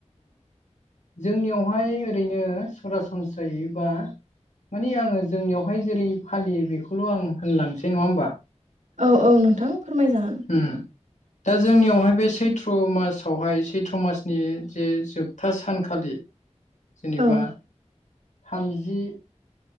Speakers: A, on the left; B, on the right.
A: जोंनियावहाय ओरैनो सरासनस्रायै बा मानि आङो जोंनियावहाय जेरै फालियो बेखौल' आं होनलांनोसै नङा होमबा
B: औ औ नोंथां फोरमायजागोन
A: उम दा जोंनियावहाय बे सैथ्र' मासावहाय सैथ्र' मासनि जे जोबथा सानखालि जेनेबा
B: औ
A: थामजि